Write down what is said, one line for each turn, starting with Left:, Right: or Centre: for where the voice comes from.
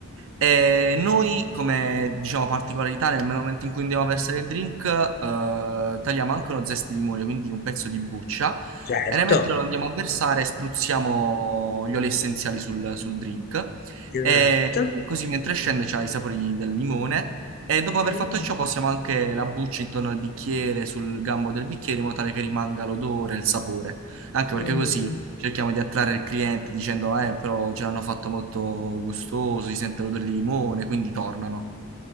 Right: E noi, come diciamo particolarità, nel momento in cui andiamo a versare il drink, eh, tagliamo anche uno zest di limone, quindi un pezzo di buccia,
Left: Certo.
Right: e nel mentre lo andiamo a versare, spruzziamo gli oli essenziali sul, sul drink.
Left: Esatto.
Right: E così mentre scende c'ha i sapori del limone e dopo aver
Left: Mh,
Right: fatto ciò possiamo anche la buccia intorno al bicchiere, sul gambo del bicchiere, in modo tale che rimanga l'odore e il sapore. Anche
Left: mh,
Right: perché così cerchiamo di attrarre il cliente dicendo, eh, però ce l'hanno fatto molto gustoso, si sente l'odore di limone, quindi tornano.